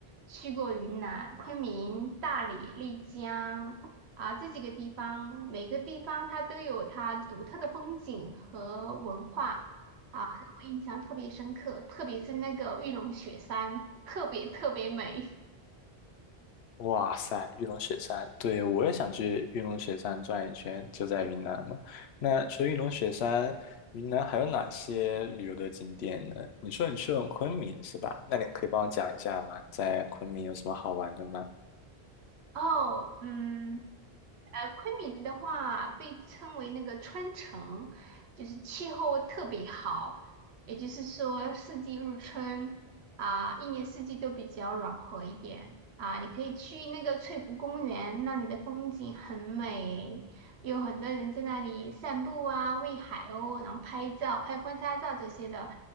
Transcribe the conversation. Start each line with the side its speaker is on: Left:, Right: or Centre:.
Right: 去过云南昆明、大理、丽江啊，这几个地方，每个地方它都有它独特的风景和文化啊，让我印象特别深刻，特别是那个玉龙雪山，特别特别美。
Left: 哇塞，玉龙雪山，对，我也想去玉龙雪山转一圈，就在云南嘛。那除了玉龙雪山，云南还有哪些旅游的景点呢？你说你去了昆明是吧？那你可以帮我讲一下吗？在昆明有什么好玩的吗？
Right: 哦，嗯，呃，昆明的话被称为那个春城，就是气候特别好，也就是说四季如春啊，一年四季都比较暖和一点啊。你可以去那个翠湖公园，那里的风景很美有很多人在那里散步啊、喂海鸥，然后拍照、拍婚纱照这些的，